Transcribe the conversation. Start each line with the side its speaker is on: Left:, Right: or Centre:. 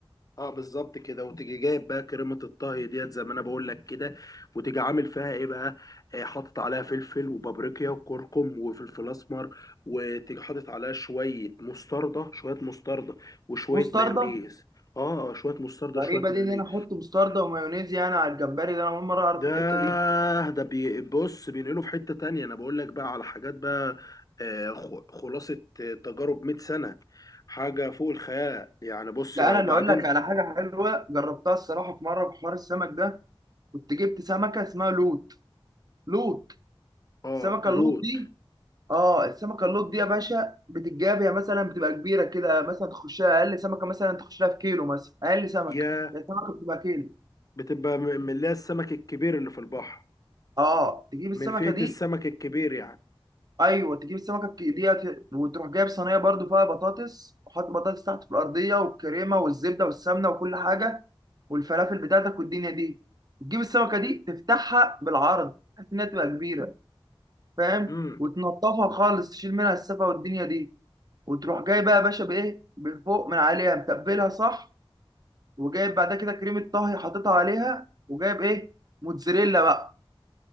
Left: اه بالظبط كده وتيجي جايب بقى كريمه الطهي ديت زي ما انا بقول لك كده وتيجي عامل فيها ايه بقى آه حاطط عليها فلفل وبابريكا وكركم وفلفل اسمر وتيجي حاطط عليها شويه مستردة شويه مستردة وشويه
Right: مستردة
Left: مايونيز اه آه، شويه مستردة
Right: غريبه
Left: شويه مايونيز
Right: دي ان انا احط مستردة ومايونيز يعني على الجمبري ده انا اول مره اعرف
Left: ده
Right: الحته دي
Left: ده بي- بص بينقله في حتة تانية انا بقول لك بقى على حاجات بقى آه، خ- خلاصة آه، تجارب 100 سنة حاجة فوق الخيال يعني بص
Right: لا
Left: بقى
Right: انا
Left: وبعدين
Right: اللي اقول لك على حاجه حلوه جربتها الصراحه في مره في حوار السمك ده كنت جبت سمكه اسمها لوت لوت
Left: اه
Right: السمكه
Left: لوط
Right: اللوت دي اه السمكه اللوت دي يا باشا بتتجاب يا مثلا بتبقى كبيره كده مثلا تخشها اقل سمكه مثلا تخش لها في كيلو مثلا اقل سمكه
Left: يا
Right: هي السمكه بتبقى كيلو
Left: بتبقى م- من اللي هي السمك الكبير اللي في البحر
Right: اه تجيب السمكه
Left: من فئة
Right: دي
Left: السمك الكبير يعني
Right: ايوه تجيب السمكه الك- ديت وتروح جايب صينيه برضو فيها بطاطس وحط بطاطس تحت في الارضيه والكريمه والزبده والسمنه وكل حاجه والفلافل بتاعتك والدنيا دي وتجيب السمكه دي تفتحها بالعرض بحيث انها تبقى كبيره فاهم
Left: امم
Right: وتنضفها خالص تشيل منها السفه والدنيا دي وتروح جاي بقى يا باشا بايه بفوق من عليها متبلها صح وجايب بعد كده كريمه طهي حاططها عليها وجايب ايه موتزاريلا بقى